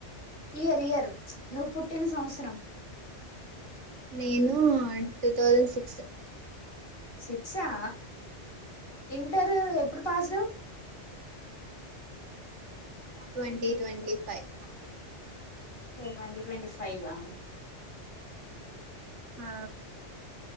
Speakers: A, on the left; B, on the right.
A: ఇయర్ ఇయర్ నువ్ పుట్టిన సంవత్సరం.
B: నేను అన్ టూ థౌజండ్ సిక్స్.
A: సిక్సా ఇంటర్ ఎప్పుడు పాస్డ్
B: ట్వంటీ ట్వంటీ ఫైవ్.
A: వె ట్వంటి ట్వంటి ఫైవా
B: ఆ